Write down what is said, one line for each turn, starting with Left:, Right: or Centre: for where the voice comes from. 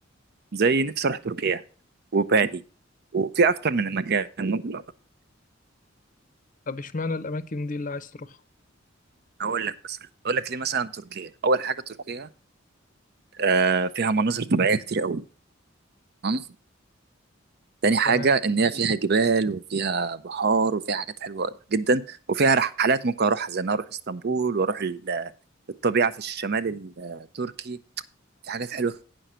Right: زي نفسي اروح تركيا وبالي وفي اكتر من مكان ممكن
Left: طب اشمعنى الاماكن دي اللي عايز تروحها
Right: هقول لك مثلا هقول لك ليه مثلا تركيا اول حاجه تركيا آه فيها مناظر طبيعيه كتير قوي تمام تاني حاجه
Left: تمام
Right: ان هي فيها جبال وفيها بحار وفيها حاجات حلوه جدا وفيها رحلات ممكن اروحها زي ان أنا اروح اسطنبول واروح ال- الطبيعه في الشمال التركي في حاجات حلوه